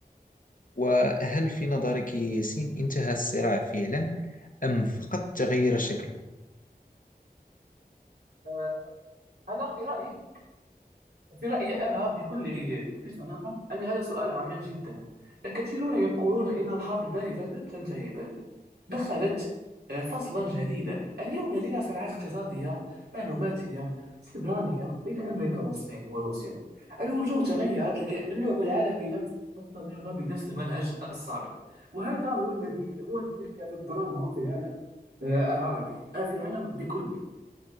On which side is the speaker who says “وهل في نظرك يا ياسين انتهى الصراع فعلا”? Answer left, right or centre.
Left